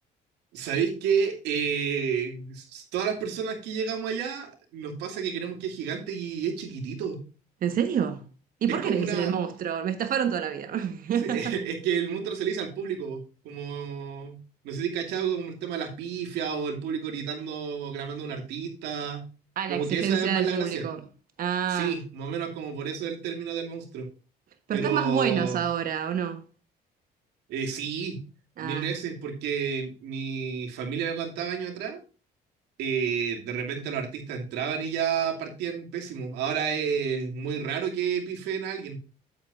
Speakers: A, on the right; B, on the right.
A: Sabéis que eh, s- todas las personas que llegamos allá nos pasa que creemos que es gigante y es chiquitito.
B: ¿En serio? ¿Y por
A: Es como
B: qué le dicen
A: una,
B: el monstruo? Me estafaron toda la vida. <laughs>
A: Sí, <laughs> es que el monstruo se le hizo al público, po. como, no sé si cachado como el tema de las pifias o el público gritando, o clamando a un artista,
B: A
A: como
B: la exigencia
A: que esa es más
B: del
A: la
B: público.
A: gracia.
B: Ah,
A: Sí, más o menos como por eso el término del monstruo,
B: pero
A: pero
B: están más buenos ahora, ¿o no?
A: eh, sí,
B: Ah.
A: mil veces, porque mi familia me contaba años atrás, eh, de repente los artistas entraban y ya partían pésimos. Ahora es muy raro que pifen a alguien,